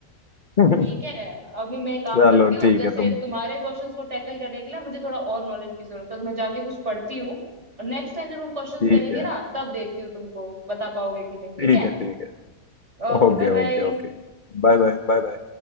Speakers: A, on the left; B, on the right.
A: <laughs>
B: ठीक है अभी मैं एक काम
A: चलो
B: करती हूँ
A: ठीक
B: जैसे
A: है तुम
B: तुम्हारे क्वेश्चंस को टैकल करने के लिए मुझे थोड़ा और नॉलेज की जरूरत है तो मैं जाके कुछ पढ़ती हूँ और नेक्स्ट टाइम जब हम क्वेश्चंस
A: ठीक
B: करेंगे
A: है
B: ना तब देखती हूँ तुमको बता पाओगे कि नहीं ठीक
A: ठीक
B: है
A: है ठीक है
B: Okay
A: Okay
B: bye bye
A: okay okay Bye bye bye bye